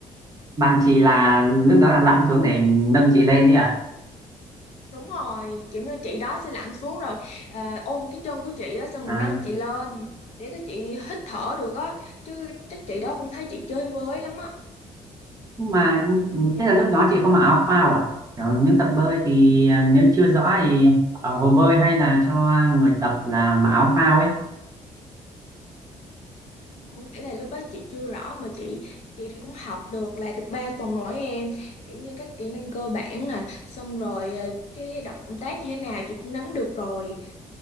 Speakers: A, on the right; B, on the left.
A: Bạn chị là lúc đó là lặn xuống để nâng chị lên đấy à?
B: đúng rồi kiểu như chị đó sẽ lặn xuống rồi ờ, ôm cái chân của chị á xong
A: À,
B: mình nâng chị lên để cái chị hít thở được á chứ chắc chị đó cũng thấy chị chơi với lắm á
A: nhưng mà
B: kiểu vậy
A: thế là lúc đó chị không mặc áo phao à? Kiểu nếu tập bơi thì ờ, nếu chưa rõ thì ở hồ bơi hay là cho người tập là mặc áo phao ấy.
B: không phải là lúc đó chị chưa rõ mà chị chị thì cũng học được là được 3 tuần rồi em kiểu như các kỹ năng cơ bản nè xong rồi ờ, cái động tác như thế nào chị cũng nắm được rồi